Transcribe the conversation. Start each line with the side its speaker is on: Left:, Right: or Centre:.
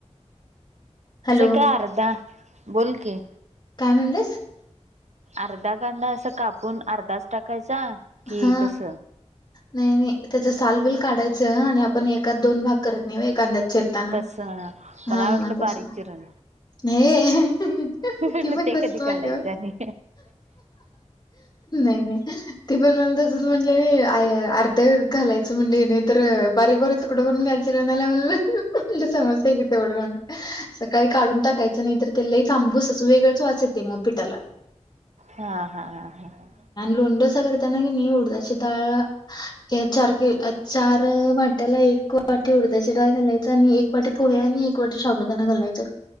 Left: हॅलो
Right: आमच्या काय अर्ध बोल की.
Left: काय म्हणलंस
Right: अर्धा कांदा अस कापून अर्धाच टाकायचा कि
Left: हा
Right: कस.
Left: नाही नाही त्याच सालबिल काढायचं आणि आपण एक एकात दोन भाग करत नाही व्हय एकांद्यात चिरताना
Right: तस मला
Left: हा
Right: वाटलं
Left: तस.
Right: बारीक चिरून
Left: हे.
Right: म्हटलं
Left: ती पण
Right: ते
Left: तसच
Right: कधी
Left: म्हणल्या
Right: काढायचं
Left: व्हय
Right: आणि
Left: नाही नाही. ती पण मला तसच म्हणली म्हटले नाही अर्ध घालायचं म्हणले नाही तरर बारीक बारीक तुकडं करुन घालचीला मला म्हणाला. म्हणलं समजतंय की तेवढ. सकाळी काढून टाकायचं नाही तर ते लईच आंबूस असं वेगळंच वास येतंय मग पिठाला.
Right: हा हा हा हा हा.
Left: लोंडो सगर. त्यांना की नाही उडदाची डाळ या चार की या चार वाट्याला एक वाटी वाटी उडची डाळ घालायचा आणि एक वाटी पोहे आणि एक वाटी शाबूदाणा घालायचं